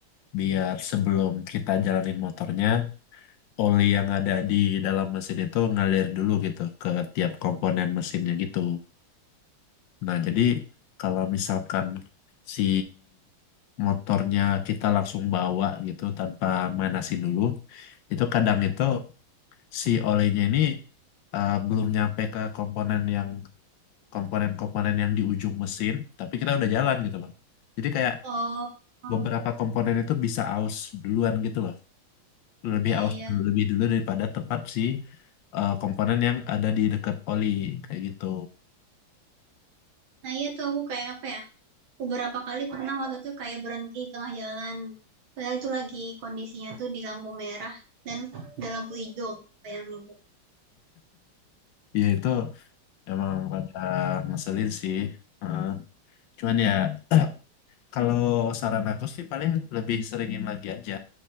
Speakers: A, on the left; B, on the right.
A: biar sebelum kita jalanin motornya oli yang ada di dalam mesin itu ngalir dulu gitu ke tiap komponen mesinnya gitu. Nah, jadi kalau misalkan si motornya kita langsung bawa gitu tanpa manasin dulu, itu kadang itu si olinya ini eh, belum nyampe ke komponen yang komponen-komponen yang di ujung mesin, tapi kita udah jalan gitu loh. Jadi kayak
B: Oh, oh,
A: beberapa komponen itu bisa aus duluan gitu loh. lebih
B: iya
A: awas
B: iya.
A: dulu- lebih dulu daripada tempat si eh, komponen yang ada di dekat oli kayak gitu.
B: Nah, iya tuh aku kayak apa ya? Beberapa kali pernah waktu tuh kayak berhenti di tengah jalan. Padahal itu lagi kondisinya tuh di lampu merah dan ada lampu hijau, bayangin.
A: Ya itu emang rada ngeselin sih. Heeh. Cuman ya <clears throat> kalau saran aku sih paling lebih seringin lagi aja